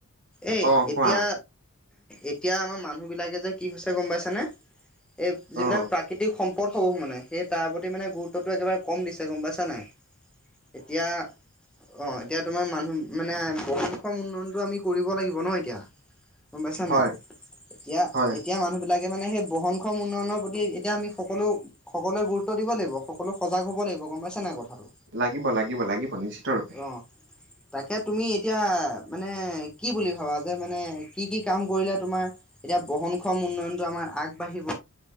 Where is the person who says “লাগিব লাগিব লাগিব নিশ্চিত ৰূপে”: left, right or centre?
Right